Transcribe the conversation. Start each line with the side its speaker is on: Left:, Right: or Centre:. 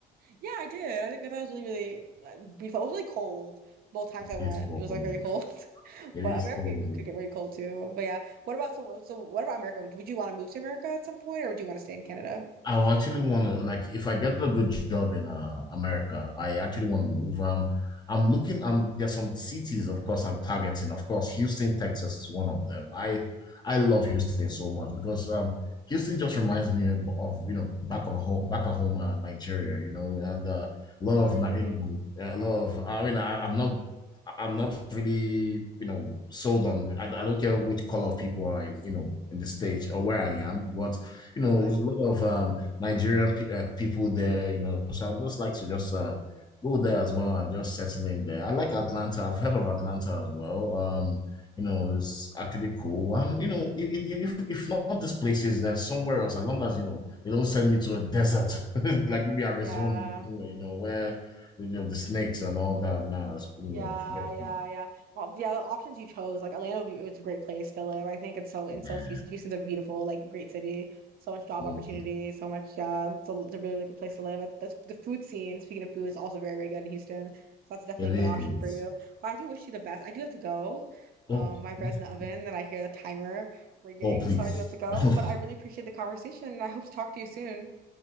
Right: Yeah, I did. I think that was really, really like, beautiful. It was really cold both times
Left: It
Right: I went.
Left: is cold.
Right: It was like very cold, <laughs>
Left: It
Right: but
Left: is
Right: America
Left: cold.
Right: could, could get very cold too. But yeah, what about so so? What about America? Would, would you want to move to America at some point, or do you want to stay in Canada?
Left: I will actually want to like if I get a good job in uh, America, I actually want to move. Um, I'm looking. Um, there's some cities, of course, I'm targeting. Of course, Houston, Texas is one of them. I I love Houston so much because um, Houston just reminds me of, of, you know back of home, back at home, uh, Nigeria. You know, and uh, a lot
Right: Oh,
Left: of
Right: really?
Left: na- you know, a lot of. I mean, I, I'm not I'm not really, you know, sold on. I, I don't care which color of people are, in, you know, in the states or where I am, but you know,
Right: Yeah.
Left: there's a lot of um, Nigerian pe uh, people there, you know. So I just like to just uh, go there as well and just settle in there. I like Atlanta. I've heard of Atlanta as well. Um, you know, it's actually cool. And you know, if if, if if not these places, then somewhere else. As long as you know, they don't send me to a desert <laughs> like maybe Arizona,
Right: Yeah.
Left: you know, where you know, the snakes and all that now. You know,
Right: Yeah,
Left: forget
Right: yeah,
Left: it.
Right: yeah. Well, yeah, the options you chose, like Atlanta would be, it's a great place to live. I think it's so in so
Left: Yeah.
Right: Houston. Houston's a beautiful, like great city. So much job
Left: Oh,
Right: opportunity,
Left: it
Right: so much yeah. It's a, it's a really, really good place to live. That's the food scene, speaking of food, is also very, very good in Houston. So that's definitely
Left: is.
Right: a good option for you. But I do wish you the best. I do have to go. Um,
Left: Oh,
Right: my bread's
Left: yeah.
Right: in the oven and I hear the timer ringing,
Left: oh, please.
Right: so I do have to go.
Left: <laughs>
Right: But I really appreciate the conversation and I hope to talk to you soon.